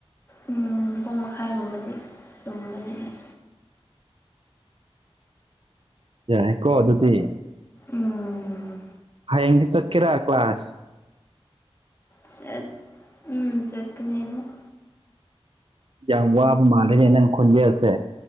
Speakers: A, on the left; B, on the right.
A: ꯎꯝ ꯄꯨꯡ ꯃꯈꯥꯏꯒꯨꯝꯕꯗꯤ ꯇꯨꯝꯕꯅꯦ ꯑꯩ
B: ꯌꯥꯏꯌꯦꯀꯣ ꯑꯗꯨꯗꯤ
A: ꯎꯝ
B: ꯍꯌꯦꯡꯗꯤ ꯆꯠꯀꯦꯔ ꯀ꯭ꯂꯥꯁ
A: ꯆꯠ ꯎꯝ ꯆꯠꯀꯅꯤ ꯑꯃꯨꯛ
B: ꯌꯥꯝ ꯋꯥꯕ ꯃꯥꯟꯂꯦꯅꯦ ꯅꯪ ꯈꯣꯜꯖꯦꯟ ꯁꯦ